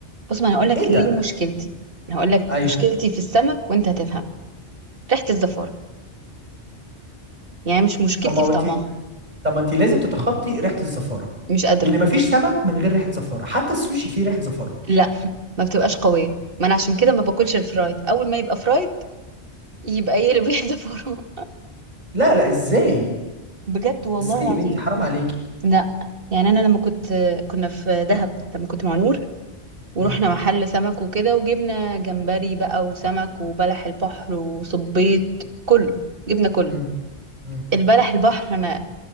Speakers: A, on the right; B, on the right.
A: بص ما انا هقول لك
B: ايه ده
A: ليه مشكلتي انا هقول لك
B: ايوه
A: مشكلتي في السمك وانت هتفهم ريحه الزفاره يعني مش مشكلتي
B: طب ما
A: في
B: انت
A: طعمها
B: طب ما انت لازم تتخطي ريحه الزفاره
A: مش قادرة
B: لان مفيش سمك من غير ريحه زفاره حتى السوشي فيه ريحه زفاره
A: لا ما بتبقاش قوية ما انا عشان كده ما باكلش الفرايد اول ما يبقى فرايد يبقى يقلب واحدة فورمة
B: لا لا ازاي
A: <laughs> بجد والله
B: ازاي
A: العظيم
B: يا بنتي حرام عليكي
A: لا يعني انا لما كنت كنا في دهب لما كنت مع نور ورحنا
B: مم.
A: محل سمك وكده وجبنا جمبري بقى وسمك وبلح البحر وصبيط كله جبنا كله
B: مم. مم.
A: البلح البحر انا